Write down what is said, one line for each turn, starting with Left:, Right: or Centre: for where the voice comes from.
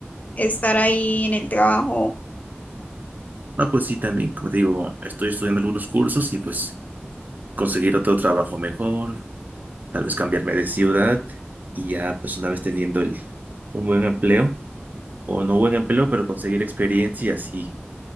Left: estar ahí en el trabajo?
Right: No, pues sí, también, como te digo, estoy estudiando algunos cursos y pues conseguir otro trabajo mejor, tal vez cambiarme de ciudad y ya pues una vez teniendo el, un buen empleo o no buen empleo, pero conseguir experiencia y así,